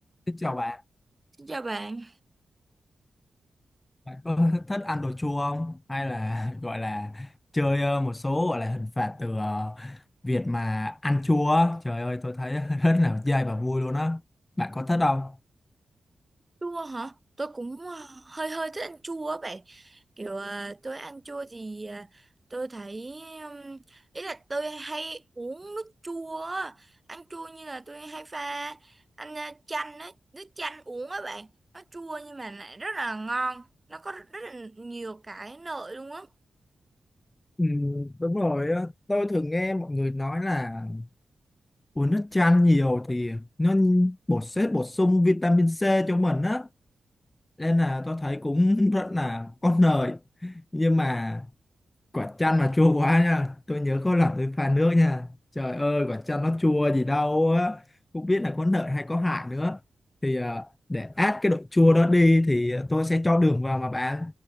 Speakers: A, on the left; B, on the right.
A: Xin chào bạn,
B: Dạ bạn,
A: bạn có <laughs> thích ăn đồ chua không? Hay là <laughs> gọi là chơi ờ, một số gọi là hình phạt từ ờ, việc mà ăn chua? á? Trời ơi, tôi thấy <laughs> rất là dai và vui luôn á. Bạn có thích không?
B: chua hả? Tôi cũng ờ, hơi hơi thích ăn chua á bạn. Kiểu ờ, tôi ăn chua thì ờ, tôi thấy ừm, ý là tôi hay uống nước chua á. Ăn chua như là tôi hay pha ăn ờ, chanh á, nước chanh uống á bạn. Nó chua nhưng mà lại rất là ngon. Nó có rất là nhiều cái lợi luôn á.
A: Ừ, đúng rồi á. tôi thường nghe mọi người nói là Uống nước chanh nhiều thì nó bổ xếp bổ sung vitamin C cho mình á. Nên là tôi thấy cũng <laughs> rất là có lợi. Nhưng mà quả chanh mà chua quá nha tôi nhớ có lần tôi pha nước nha trời ơi quả chanh nó chua gì đâu á không biết là có lợi hay có hại nữa thì à, để át cái độ chua đó đi thì tôi sẽ cho đường vào mà bạn